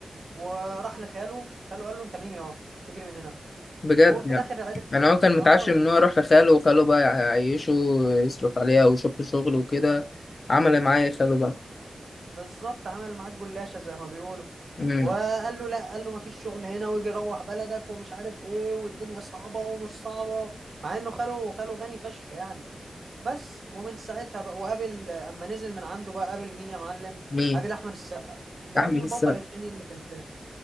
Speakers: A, on the right; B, on the left.
A: وراح لخاله خاله قال له أنت مين يا اجري من هنا
B: بجد
A: وفي
B: يعني
A: الآخر عرف
B: يعني هو كان متعشم
A: اه
B: ان هو يروح لخاله وخاله بقى يعيشه ويصرف عليها ويشوف له شغل وكده عمل إيه معاه خاله بقى
A: بالظبط عمل معاك جلاشة زي ما بيقولوا
B: مم.
A: وقال له لا قال له ما فيش شغل هنا ويجي روح بلدك ومش عارف ايه والدنيا صعبة ومش صعبة مع انه خاله خاله غني فشخ يعني بس ومن ساعتها بقى وقابل اما نزل من عنده بقى قابل مين يا معلم
B: مين
A: قابل احمد السقا ده
B: احمد
A: البطل
B: السقا
A: التاني اللي في الفيلم